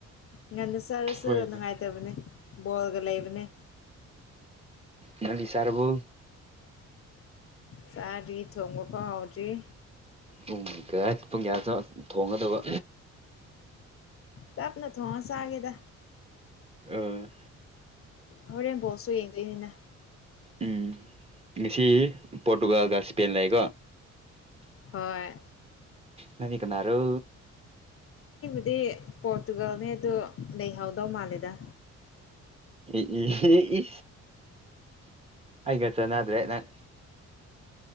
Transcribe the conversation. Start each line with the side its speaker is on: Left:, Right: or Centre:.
Left: ꯉꯟꯅ ꯁꯔꯁꯨ
Right: ꯍꯣꯏꯅꯦ
Left: ꯅꯨꯡꯉꯥꯏꯇꯕꯅꯦ ꯕꯣꯜꯒ ꯂꯩꯕꯅꯦ
Right: ꯅꯕꯤꯁꯔꯕꯨ
Left: ꯁꯥꯔꯤ ꯊꯣꯡꯕꯄ ꯍꯥꯎꯖꯤ꯭ꯔꯤ
Right: ꯄꯨꯡꯒꯌꯥ ꯄꯨꯡ ꯀꯌꯥ ꯊꯣꯡꯒꯗꯕ
Left: ꯇꯞꯅ ꯊꯣꯡꯁꯒꯦꯗ
Right: ꯑ
Left: ꯍꯣꯔꯦꯟ ꯕꯣꯠꯁꯨ ꯌꯦꯡꯗꯣꯏꯅꯤꯅ
Right: ꯎꯝ ꯉꯁꯤ ꯄꯣꯔꯇꯨꯒꯥꯜꯒ ꯏꯁꯄꯦꯟ ꯂꯩꯀꯣ
Left: ꯍꯣꯏ
Right: ꯅꯅꯤ ꯀꯅꯔꯣ
Left: ꯑꯗꯨ ꯄꯣꯔꯇꯨꯒꯜꯅꯦ ꯑꯗꯨ ꯂꯩꯍꯧꯗꯧ ꯃꯥꯜꯂꯦꯗ
Right: ꯏ ꯏ ꯏ ꯑꯩꯒ ꯆꯅꯗ꯭ꯔꯦ ꯅꯪ